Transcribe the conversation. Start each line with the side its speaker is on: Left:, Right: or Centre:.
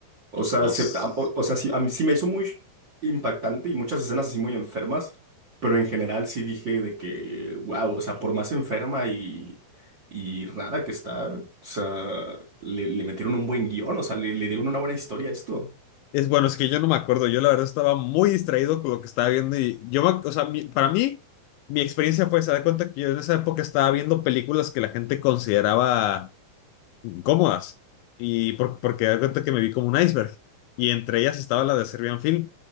Right: o sea,
Left: no.
Right: se-
Left: s-
Right: a- o, o sea, sí, a mí sí me hizo muy impactante y muchas escenas así muy enfermas, pero en general sí dije de que, wow, o sea, por más enferma y, y rara que está, o sea, le, le metieron un buen guión, o sea, le, le dieron una buena historia a esto.
Left: Es bueno, es que yo no me acuerdo. Yo la verdad estaba muy distraído con lo que estaba viendo y yo, me- o sea, mi- para mí, mi experiencia fue, se da cuenta que yo en esa época estaba viendo películas que la gente consideraba incómodas. Y por- porque da cuenta que me vi como un iceberg. Y entre ellas estaba la de Serbian Film.